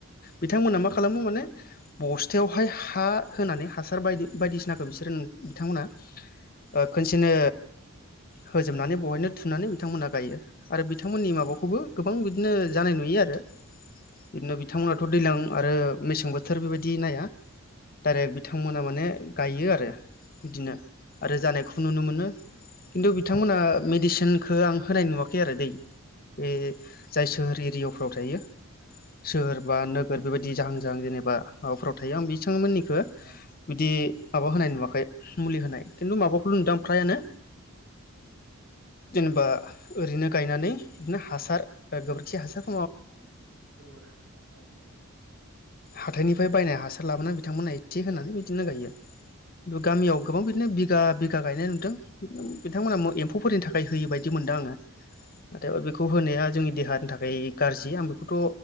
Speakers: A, on the left; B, on the right.
A: बिथांमोना मा खालामो
B: औ
A: माने बस थायावहाय हा होनानै हासार बायदि बायदिसिनाखौ बिसोरो बिथांमोना ओ खनसेनो होजोबनानै बहायनो थुनानै बिथांमोनहा गायो आरो बि बिथांमोननि माबाखौबो गोबां बिदिनो जानाय नुयो आरो बिदिनो बिथांमोनाथ' दैज्लां आरो मेसें बोथोर बिबायदि नाया डाइरेक बिथांमोना माने गायोआरो बिदिनो आरो जानायखौ नुनो मोनो किन्तु बिथांमोना मेडिसिन खो आं होनाय नुवाखै आरोदै बे जाय सोहोर एरियाफ्राव थायो सोहोर बा नोगोर बेबायदि जाहां जाहां जेनेबा माबाफोराव थायो आं बेसांमोननि खो
B: औ
A: बिदि माबा होनाय नुवाखै मुलि होनाय किन्तु माबाखौल नुदोआं प्रायानो जेनेबा ओरैनो गायनानै बिदिनो हासार ओ गोबोरखि हासार
B: उम गोबोरहास औ औ
A: हाथाइनिफ्राय बायनाय हासार लाबोना बिथांमोनहा इसे होनानै बिदिनो गायो। गामियाव
B: औ
A: गोबां बिदिनो बिगा बिगा गायनाय नुदों बिथांमोना एम्फौफोरनि थाखाय बेबायदि मोनदोआङो नाथाय बेखौ होनाया जोंनि देहानि थाखाय गाज्रि आं बेखौथ'